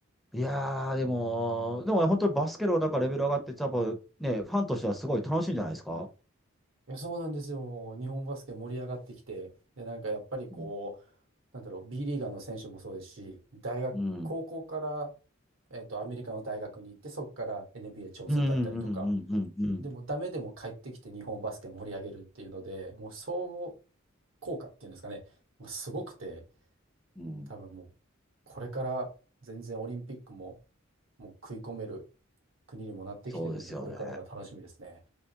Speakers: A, in the centre; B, on the right.
A: いやー、でも、でも、本当にバスケのなんかレベル上がって、多分ね、ファンとしてはすごい楽しいんじゃないですか
B: いや、そうなんですよ。日本バスケ盛り上がってきて、で、なんかやっぱりこう、
A: うん。
B: なんだろう、B リーガーの選手もそうですし、大学、
A: うん。
B: 高校から、えっと、アメリカの大学に行って、そこから NBA 挑戦だったりとか、
A: うん、うん、うん、うん、うん。
B: でもダメでも帰ってきて日本バスケ盛り上げるっていうので、もう相互効果っていうんですかね、まあすごくて、
A: うん
B: 多分もうこれから全然オリンピックももう食い込める国にもなってきてるんで、
A: そうですよね。
B: これからが楽しみですね。